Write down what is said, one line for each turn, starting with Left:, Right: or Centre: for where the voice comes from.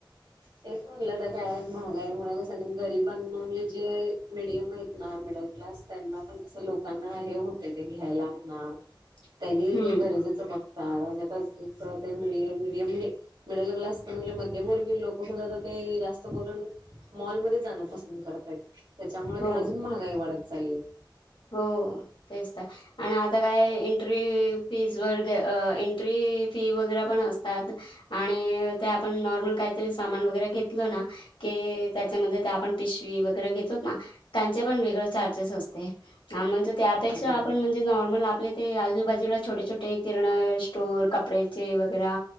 Right: तेच म्हणलं तर काय महागाईमुळे कसं ना, गरिबांना म्हणजे जे मिडियम आहेत ना मिडल क्लास त्यांना पण कसं लोकांना हे होतंय ते घ्यायला म्हणा.
Left: <unintelligible>
Right: त्यांनी
Left: हं.
Right: ते गरजेचं बघता आणि आ ते मीडी मीडियम हे मिडल क्लास पण म्हणजे मध्यमवर्गीय लोक सुद्धा तर ते जास्त करून मॉलमध्ये जाणं पसंद करतायत, त्याच्यामुळे
Left: हो.
Right: ते अजून महागाई वाढत चालली आहे.
Left: हो तेच तर. आणि आता काय एंट्री फीज अ एंट्री फी वगैरे पण असतात. आणि ते आपण नॉर्मल काहीतरी सामान वगैरे घेतलं ना कि त्याच्यामध्ये ते आपण पिशवी वगैरे घेतो ना त्यांचे पण वेगळ चार्जेस असते. हा म्हणजे त्यापेक्षा
Right: हो हो हो
Left: आपण म्हणजे
Right: हो.
Left: नॉर्मल आपले ते आजूबाजूला छोटे छोटे किरण स्टोर कपड्याचे वगैरा